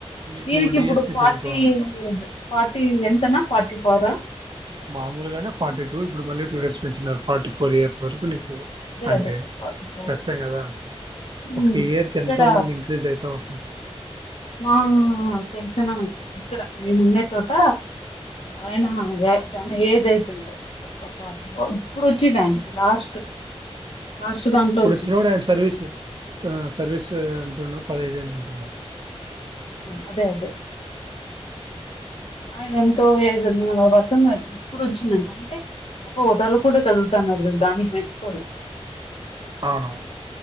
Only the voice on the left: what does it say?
దీనికి
ఇప్పుడు పార్టీ
ఇయ్యద్దు ఫార్టీ ఎంతన్న పార్టీఫోర్ హా
అదే
అదే ఫార్టీ ఫోర్
హ్
ఇక్కడ
మా తెలిసిన ఇక్కడ మేము ఉండే చోట ఆయన అదే చాన ఏజ్ అయిత్ పెంటద్దు ఒక పాస్ ఇప ఇప్పుడు వచ్చేది ఆయనకి లాస్ట్ లాస్ట్ దాంట్లో
వచ్చింది
హా అదే అదే
ఆయన ఎంతో ఏజ్ ఉన్న పర్సన్ కూడా ఇప్పుడు వచ్చిందింట అంటే అబ్బా వదలు కూడా చదువుతన్నారు దానికి మెచ్చుకోలా